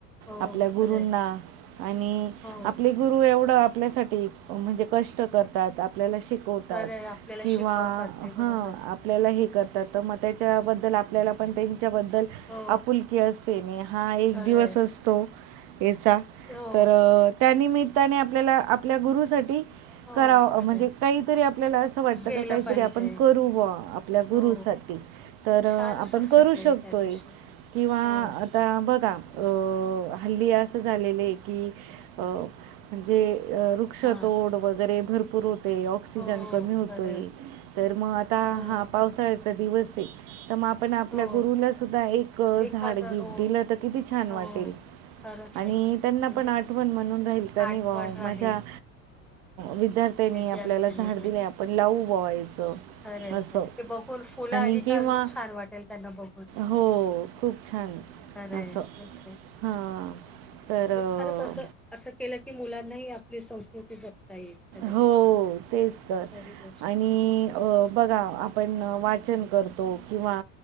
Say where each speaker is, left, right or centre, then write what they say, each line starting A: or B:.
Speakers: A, in the centre; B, on the right.
A: हो,
B: आपल्या गुरूंना
A: खरं आहे.
B: आणि
A: हो,
B: आपली गुरु एवढं आपल्यासाठी म्हणजे कष्ट करतात आपल्याला शिक वतात
A: खरं आहे. आपल्याला
B: किंवा
A: शिकवतात ते
B: ह
A: बरोबर.
B: आपल्याला हे करतात तर मग त्याच्याबद्दल आपल्याला पण त्यांच्याबद्दल
A: हो,
B: आपुलकी असते नी हा एक
A: खरं
B: दिवस
A: आहे.
B: असतो याचा
A: हो,
B: तर त्यानमित्ताने आपल्याला आपल्या गुरुसाठी
A: हो,
B: करा
A: खरं
B: म्हणजे
A: आहे.
B: काहीतरी आपल्याला असं वाटतं
A: केलं
B: का काहीतरी
A: पाहिजे.
B: आपण करू बुआ आपल्या गुरुसाठी
A: हो,
B: तर
A: छानच
B: आपण
A: असतं
B: करू
A: ते
B: शकतोय
A: त्या दिवशी.
B: किंवा
A: हो,
B: आता बघा अ हल्ली अस झालेलं कि अ म्हणजे रू वृक्षतोड
A: हां.
B: वगैरे भरपूर होते ऑक्सिजन
A: हो,
B: कमी होतोय
A: खरं आहे.
B: तर म आता
A: हो,
B: हा पावसाळ्याचा दिवस ये तर मग आपण आपल्या
A: हो.
B: गुरुला सुद्धा एक झाड
A: एखादा
B: गिफ्ट
A: रोग
B: दिलं तर किती छान
A: हो,
B: वाटेल
A: खरंच
B: आणि
A: आहे.
B: त्यांना
A: म्हणजे
B: पण आठवण म्हणून राहील का नाही
A: आठवण
B: वा
A: राहील
B: माझ्या विद्यार्थी त्यानी
A: विद्यार्थ्यांनी
B: आपल्याला झाड दिले आपण लावू बॉ याचं
A: खरे
B: असं
A: खरं ते बघून फुलं
B: आणि
A: आली
B: किंवा
A: का अजून छान वाटेल त्यांना बघून
B: हो खूप छान
A: अरे,
B: असं
A: <unintelligible>
B: हां. तर अ,
A: जे खरंच असं असं केलं की, मुलांनाही आपली संस्कृती जपता येईल. खरं आहे,
B: हो, तेच तर
A: खरी गोष्ट
B: आणि
A: आहे.
B: अ बघा, आपण वाचन करतो किंवा